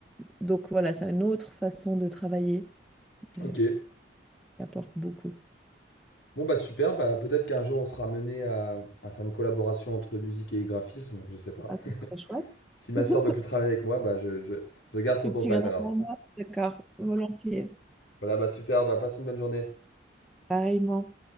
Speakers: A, in the centre; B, on the left.
A: donc voilà, c'est une autre façon de travailler euh,
B: OK.
A: qui apporte beaucoup.
B: Bon, bah, super, bah, peut-être qu'un jour on sera mené à à faire une collaboration entre musique et graphisme, je sais pas.
A: Ah, ce serait chouette.
B: Si ma
A: <laughs>
B: sœur veut plus travailler avec moi, bah je, je, je garde ton
A: Tu
B: contact
A: tu viendras
B: alors.
A: voir moi? D'accord, volontiers.
B: Voilà, bah super, bah passe une bonne journée.
A: Pareillement.